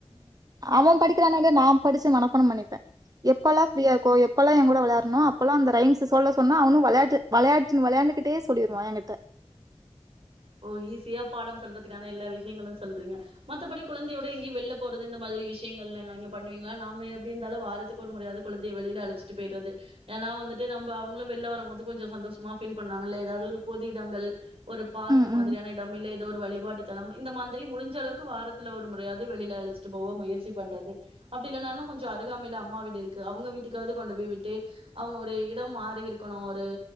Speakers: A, on the right; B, on the right.
A: அவன் படிக்கிறானோ இல்லையோ நா படிச்சி மனப்பாடோ பண்ணிப்பே எப்பல்லா ப்ரீயா இருக்கோ? எப்ப எல்லா ஏ கூட விளையாட்றானோ ப்பல்லா அந்த ரைம்ஸா சொல்ல சொன்னா அவுனு விளையாட்டு விளையாட்டுன்னு விளையாண்டுக்கிட்டே சொல்லிடுவா என்கிட்ட
B: ஓ ஈஸியா பாடம் சொல்றதுக்கான எல்லா விஷயங்களு சொல்றீங்க மத்தபடி குழந்தையோட எங்கயு வெளில போறது இந்த மாதிரி விஷயங்கள்லங்க பண்ணுவீங்களா நாங்க எப்பிடி இருந்தாலு வாரத்துக்கு ஒரு முறையாவது குழந்தைய வெளியில அழைச்சிட்டு போய்டறது ஏன்னா வந்துட்டு நம்ம அவங்களு வெள்ல வரு போது கொஞ்சோ சந்தோஷமா ஃபீல் பண்ணாங்கல்ல ஏதாவது ஒரு பொது இடங்கள் ஒரு பார்க்
A: ம்
B: மாதிரியான
A: ம்
B: இடம் இல்லை ஏதோ ஒரு வழிபாட்டு தலம் இந்த மாதிரி முடிஞ்ச அளவுக் வாரத் த்ல ஒரு முறையாவது வெளியில அழிச்சிட்டு போவோ முயற்சி பண்றது அப்பிடி இல்லனாலு கொஞ்ச அருகாமையில அம்மா வீடு இருக்கு அவுங்க வீட்டுக்காவது கொண்டு போய் விட்டு அவுங்க ஒரு இதம் மாறி இருக்கணு ஒரு